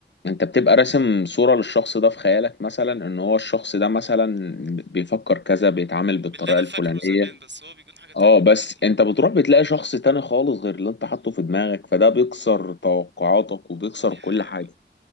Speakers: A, on the left; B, on the right.
A: انت بتبقى راسم صورة للشخص ده في خيالك مثلا ان هو الشخص ده مثلا بيفكر كذا بيتعامل
B: م،
A: بالطريقة
B: باللي انا
A: الفلانية
B: فاكره زمان بس هو بيكون حاجة تانية
A: اه بس
B: م،
A: انت بتروح بتلاقي شخص تاني خالص غير اللي انت حاطه في دماغك فده بيكسر توقعاتك وبيكسر
B: دي
A: كل
B: حقيقة
A: حاجة